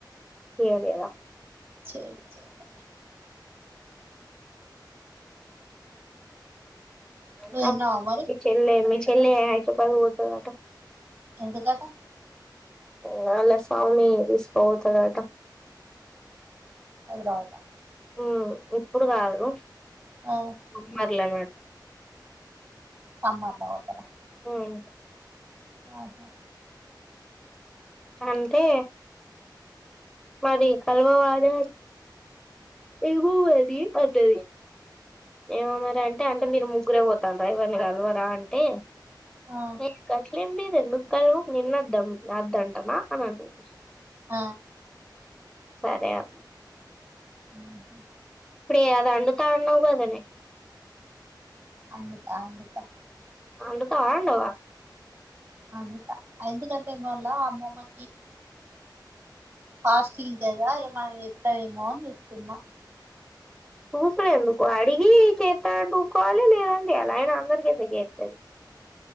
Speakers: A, in the centre; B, on the right.
A: చేయలేవా
B: చేలి చోటా
A: ఇంకా
B: నువ్వు తిన్నావా మరి
A: మీ చెల్లి ఏమ్ చెస్ చెల్లే హైద్రాబాద్ పోతదటా
B: ఎందుకటా
A: వాలా స్వామీ తీసుకోపోతాడట
B: అది రాదా
A: మ్మ్ ఇప్పుడు గాదు
B: ఆ
A: సమ్మర్లరా
B: సమ్మర్ల పోతరా
A: మ్మ్
B: ఆహా
A: అంటే మరి కలవరాదే ఏమో మరి అన్నది ఏమో మరి అంటే అంటే మీరు ముగ్ ముగ్రే పోతార్రా ఎవ్వరిని కల్వరా అంటే
B: ఆ
A: ఏ గట్లేమ్ లేద్ ఎందుకు కలవం నిన్నద్దం అందంటనా అని అన్నది.
B: ఆ
A: సరే అమ్మ
B: ఆహ
A: ఇప్పుడే అది అండుతానవ్వు కదనే
B: అండుతా అండుతా.
A: అండుతవా, అండవా.
B: అండుతా ఎందుకంటే ఏమోళ అమ్మమ్మ ఫాప్స్టింగ్ కదా ఎమన్నా ఒత్తదేమో అన్ జుత్తున్నా.
A: చూసుడు ఎందుకు అడిగి చేతాంటే ఊకోవాలే లేదంటే జెయ్యాలే అయినా అందరికి చేసి నీకు చేత్తది.